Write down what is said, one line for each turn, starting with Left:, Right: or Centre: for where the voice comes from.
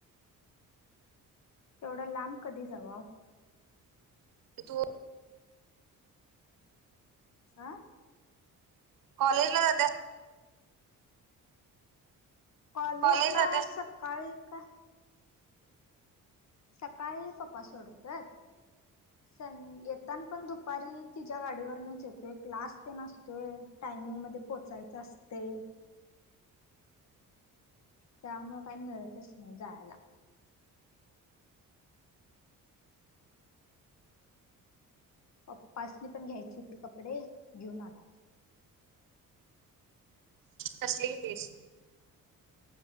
Left: तेवढा लांब कधी जाव.
Right: हो.
Left: आं
Right: कॉलेजला.
Left: कॉलेज.
Right: कॉलेजला
Left: ला सकाळी का सकाळी. पप्पा सोडतात. स येताना पण दुपारी तिच्या् गाडीवरनच येतोय. क्लास ते नसतोय. टायमिंगमध्ये पोहोचायच असते त्यामुळं काय मिळतच नाही जायला पप्पासनी पण घ्यायचे होते कपडे घेऊन आला
Right: कसले घेतलेस